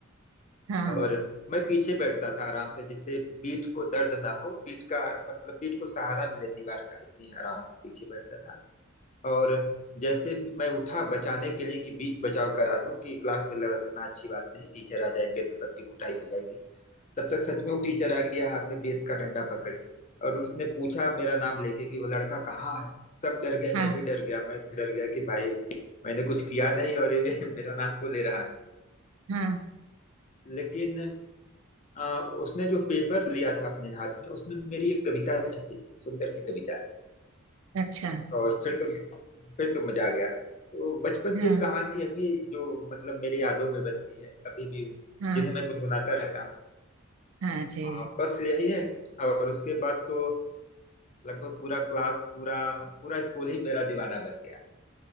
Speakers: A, on the right (about 75°); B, on the left (about 35°).
A: हाँ
B: और
A: हाँ
B: मैं पीछे बैठता था आराम से जिससे पीठ को दर्द ना हो पीठ का मतलब पीठ को सहारा मिले दीवार का इसलिए आराम से पीछे बैठता था और जैसे मैं उठा बचाने के लिए कि बीच बचाव करा दूं कि क्लास में लड़ना अच्छी बात नहीं टीचर आ जाएंगे तो सबकी कुटाई हो जाएगी तब तक सच में वो टीचर आ गया हाथ में बेत का डंडा पकड़े और उसने पूछा मेरा नाम लेके कि वो लड़का कहाँ है सब डर गए
A: हाँ
B: मैं भी डर गया मैं भी डर गया कि भाई मैंने कुछ किया नहीं और ये <laughs> मेरा नाम क्यों ले रहा है
A: हाँ, हाँ,
B: लेकिन आ, उसने जो पेपर लिया था अपने हाथ में उसमें मेरी एक कविता छपी थी सुंदर सी कविता
A: अच्छा
B: और फिर तो फिर तो मजा आ गया तो बचपन की
A: हाँ
B: एक कहानी अभी जो मतलब मेरी यादों में बसी है अभी भी
A: हाँ
B: जिन्हें मैं गुनगुनाता रहता हूँ
A: हाँ जी
B: हाँ, बस यही है और उसके बाद तो लगभग पूरा क्लास पूरा पूरा स्कूल ही मेरा दीवाना बन गया